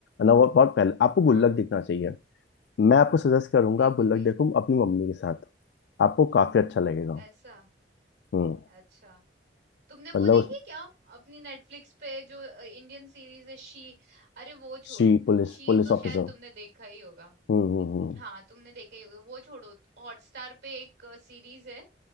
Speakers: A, on the left; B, on the right.
A: ना वो बहुत पहले आपको
B: हाँ
A: गुल्लक देखना चाहिए मैं आपको सजेस्ट करूंगा
B: देखूंगे
A: आप गुल्लक देखो अपनी मम्मी के साथ आपको काफी अच्छा लगेगा
B: ऐसा
A: हम्म
B: अच्छा तुमने वो
A: मतलब
B: देखी
A: उस
B: है क्या अपनी नेटफ्लिक्स पे जो इंडियन सीरीज है शी अरे वो छोड़ो
A: सी पुलिस
B: शी
A: पुलिस
B: तो
A: ऑफिसर
B: शायद तुमने देखा ही होगा
A: हम्म हम्म हम्म
B: हाँ तुमने देखा ही होगा वो छोड़ो हॉटस्टार पे एक सीरीज है